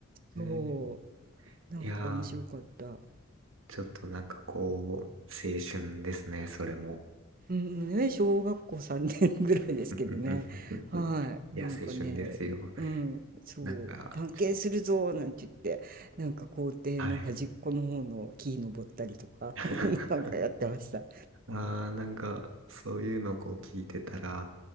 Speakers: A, on the right; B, on the right.
A: そ
B: え
A: う、なんか面白かった。
B: いやー、ちょっとなんかこう、青春ですね、それも。
A: うんうんね、小学校3年ぐらいですけどね。
B: <laughs>
A: はい。
B: いや、
A: なんかね、
B: 青春ですよ。
A: うん、そう、
B: なんか、
A: 探検するぞなんて言って、なんか校庭の端っこの方の木登ったりとか、
B: はい。<laughs>
A: <laughs> なんかやってました。
B: ああ、なんか、そういうのこう聞いてたら、